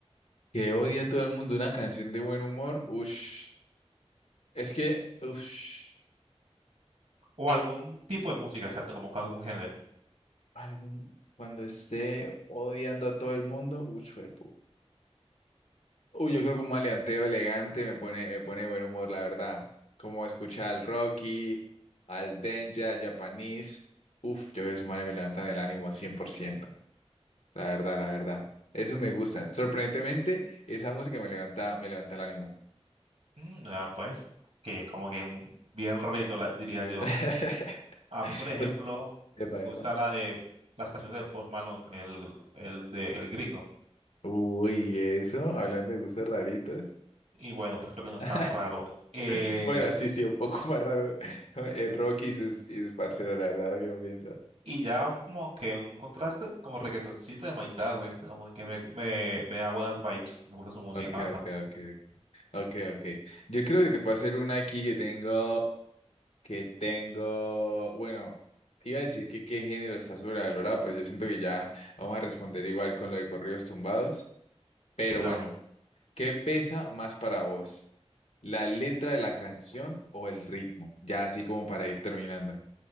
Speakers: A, on the left (about 75°); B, on the right (about 70°).
A: Que odia a todo el mundo una canción de buen humor, ush. Es que, ush,
B: O algún tipo de música, exacto, como que algún género.
A: algún, cuando esté odiando a todo el mundo, ush, fue Uy, yo creo que un maleanteo elegante me pone, me pone de buen humor, la verdad. Como escuchar al Rocky, al Denja, Japanese. Uf, yo creo que esos manes me levantan el ánimo 100%, La verdad, la verdad. Eso me gusta. Sorprendentemente, esa música me levanta, me levanta el ánimo.
B: Mm, ya, pues, que como que un, bien rarito, la- diría yo.
A: <laughs>
B: A mí, por ejemplo,
A: Pues- Epa,
B: me
A: epa.
B: gusta la de las canciones de Post Malone, el, el de El Gringo.
A: Uy, eso, hablando de gustos raritos.
B: Y bueno, pues creo que no es
A: <laughs>
B: tan raro. Eh,
A: Bueno, sí, sí, un poco <laughs> más raro. El Rocky y sus, y sus parceros, la verdad, ahora que lo pienso.
B: Y ya como que un contraste como reggaetoncito de Mike Towers, como que me, me, me da buenas vibes, me gusta su música
A: Ok,
B: bastante.
A: ok, ok, Ok, ok. Yo creo que te puedo hacer una aquí que tengo, que tengo, bueno, iba a decir que qué género está sobrevalorado, pero yo siento que ya vamos a responder igual con lo de corridos tumbados. Pero
B: Sí, también.
A: bueno, ¿qué pesa más para vos? ¿La letra de la canción o el ritmo? Ya así como para ir terminando.